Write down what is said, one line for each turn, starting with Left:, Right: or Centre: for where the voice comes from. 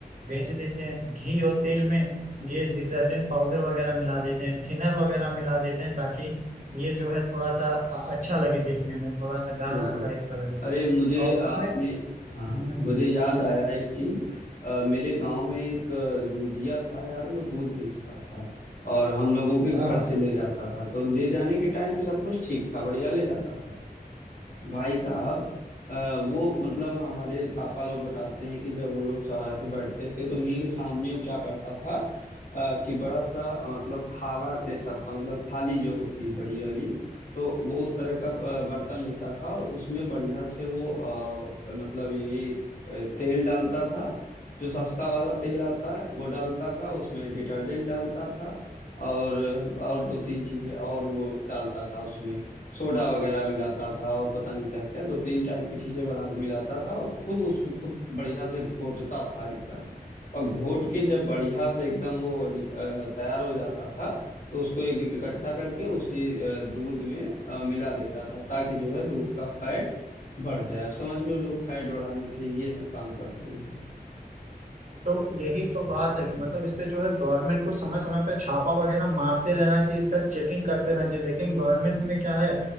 Right: बेच देते हैं घी और तेल में ये डिटर्जेंट पाउडर वगैरह मिला देते हैं थिनर वगैरह मिला देते हैं ताकि ये जो है थोड़ा सा अ- अच्छा लगे देखने में थोड़ा सा गाढ़ा
Left: बिल्कुल
Right: टाइप का लगे
Left: अरे मुझे
Right: और
Left: आपने
Right: इसमें हम्म,
Left: हाँ मुझे याद आया एक चीज अ, मेरे गांव में एक अ, दूधिया था यार वो दूध बेचता था और हम लोगों के
Right: हाँ
Left: घर से ले जाता था तो ले जाने के टाइम पे सब कुछ ठीक था बढ़िया ले जाता था भाई साहब अ, वो मतलब हमारे पापा लोग बताते हैं कि जब वो लोग चौराहे पे बैठते थे तो उन्हीं के सामने वो क्या करता था अ, कि बड़ा सा अ, मतलब थाला लेता था मतलब थाली जो होती है बड़ी वाली तो वो उस तरह का अ, बर्तन लेता था और उसमें बढ़िया से वो अ, मतलब यही अ, तेल डालता था जो सस्ता वाला तेल आता है वो डालता था उसमें डिटर्जेंट डालता था और और दो तीन चीजें और वो डालता था उसमें सोडा वगैरह मिलाता था और पता नहीं क्या क्या दो तीन टाइप की चीजें बना मिलाता था और खूब उसको खूब बढ़िया से घोटता था एकदम और घोट के जब बढ़िया से एकदम वो नि- अ, तैयार हो जाता था तो उसको एक एक इकट्ठा करके उसी अ, दूध में अ, मिला देता था ताकि जो है दूध का फैट बढ़ जाए अब समझ लो लोग फैट बढ़ाने के लिए ये सब काम करते हैं
Right: तो यही तो बात है कि मतलब इस पे जो है गवर्नमेंट को समय समय पे छापा वगैरह मारते रहना चाहिए इसका चेकिंग करते रहना चाहिए लेकिन गवर्नमेंट में क्या है